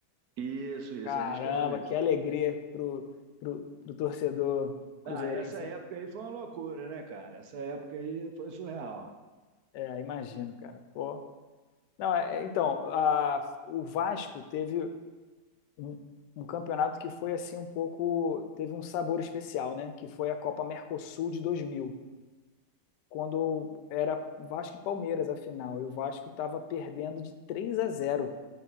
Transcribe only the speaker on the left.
Caramba,
que alegria pro, pro, pro torcedor cruzeirense,
hein?
É, imagino, cara. Pô. Não, é, então, a- o Vasco teve. um, um campeonato que foi assim um pouco, teve um sabor especial, né? Que foi a Copa Mercosul de dois mil quando era Vasco e Palmeiras a final, e o Vasco estava perdendo de três a zero